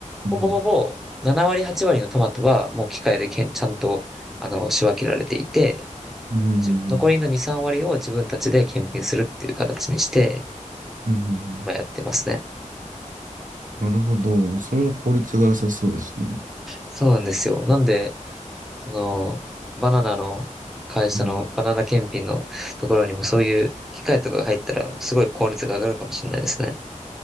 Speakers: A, on the right; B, in the centre.
A: うん
B: ほぼほぼ7割、8割のトマトはもう機械でけん、ちゃんと、あの、仕分けられていて、
A: うんうんうん
B: じ残りの2、3割を自分たちで検品するっていう形にして、
A: うんうん
B: 今やってますね。
A: なるほど。それは効率が良さそうですね。
B: そうなんですよ。なんで、その、バナナの会社のバナナ検品のところにもそういう機械とかが入ったら、
A: うん。
B: すごい効率が上がるかもしれないですね。